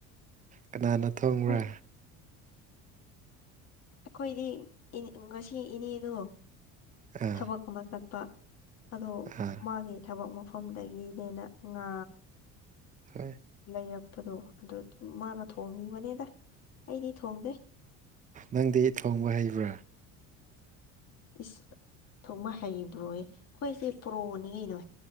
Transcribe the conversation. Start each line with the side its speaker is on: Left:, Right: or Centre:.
Right: ꯀꯅꯥꯅ ꯊꯣꯡꯕ꯭ꯔꯥ
Left: ꯍꯣꯏ ꯑꯩꯈꯣꯏꯗꯤ ꯉꯁꯤ ꯏꯅꯦꯗꯣ
Right: ꯑꯥ
Left: ꯊꯕꯛ ꯑꯃ ꯆꯠꯄ ꯑꯗꯣ
Right: ꯑꯥ
Left: ꯃꯥꯒꯤ ꯊꯕꯛ ꯃꯐꯝꯗꯒꯤꯅꯦꯅ ꯉꯥ
Right: ꯍ
Left: ꯂꯩꯔꯛꯄꯗꯣ ꯑꯗꯨ ꯃꯥꯅ ꯊꯣꯡꯉꯕꯅꯦꯗ ꯑꯩꯗꯤ ꯊꯣꯡꯗꯦ
Right: ꯅꯪꯗꯤ ꯊꯣꯡꯕ ꯍꯩꯕ꯭ꯔꯥ
Left: ꯏꯁ ꯊꯣꯛꯃ ꯍꯩꯕ꯭ꯔꯣꯌꯦ ꯑꯩꯈꯣꯏꯁꯦ ꯄ꯭ꯔꯣꯅꯤ ꯀꯩꯅꯣ